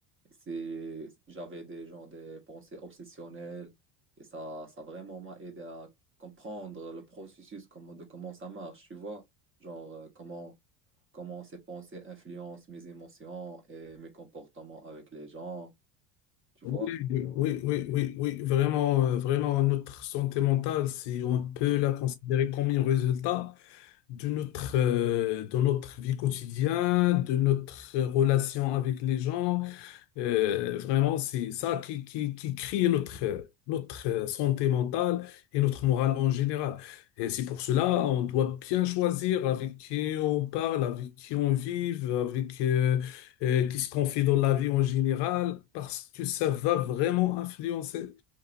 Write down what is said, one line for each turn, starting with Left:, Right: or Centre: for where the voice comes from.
Right: c'est, j'avais des genre des pensées obsessionnelles et ça, ça vraiment m'a aidé à comprendre le processus comment, de comment ça marche, tu vois, genre euh, comment comment ces pensées influencent mes émotions et mes comportements avec les gens, tu
Left: Oui,
Right: vois.
Left: oui, oui, oui, oui, vraiment, euh, vraiment, notre santé mentale, si on peut la considérer comme un résultat, de notre, euh, de notre vie quotidienne, de notre relation avec les gens. Euh, vraiment, c'est ça qui, qui, qui crée notre, euh, notre euh, santé mentale et notre morale en général. Et c'est pour cela, on doit bien choisir avec qui on parle, avec qui on vit, avec euh, euh, qu'est-ce qu'on fait dans la vie en général, parce que ça va vraiment influencer